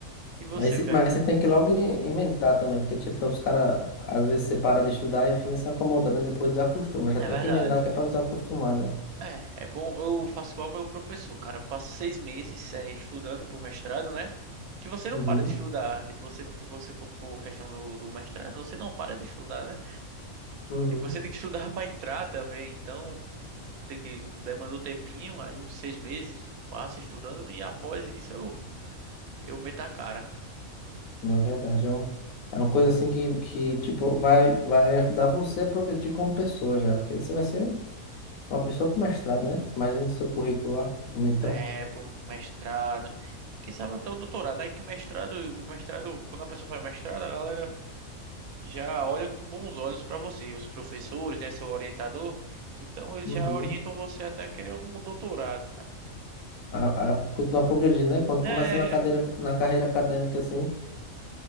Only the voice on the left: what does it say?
Mas, se-
mas
você tem que logo em- emendar também, porque, tipo, os caras, às vezes você para de estudar e fica se acomoda, né? Depois desacostuma. Já
tem
que emendar que é pra não desacostumar, né?
Uhum.
Uhum.
Na verdade, é, um, é uma coisa assim que, que tipo, vai, vai ajudar você a progredir como pessoa já, porque você vai ser uma pessoa com mestrado, né? Imagina seu currículo lá, bonitão.
Uhum.
A, a, continuar progredindo, né? Quando
começa na cadeira, na carreira acadêmica, assim,